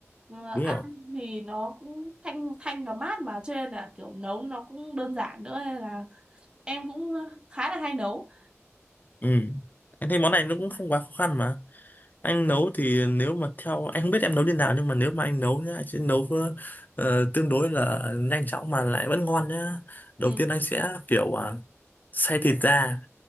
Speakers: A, on the right; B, on the left.
A: Ờ, ăn
B: đúng rồi
A: thì nó cũng thanh thanh và mát mà cho nên là kiểu nấu nó cũng đơn giản nữa nên là em cũng ờ, khá là hay nấu
B: ừ em thấy món này nó cũng không quá khó khăn mà anh nấu thì nếu mà theo anh không biết em nấu như nào nhưng mà nếu mà anh nấu nhá anh sẽ nấu ờ, tương đối là nhanh chóng mà lại vẫn ngon nhá đầu
A: ừ
B: tiên anh sẽ kiểu à, xay thịt ra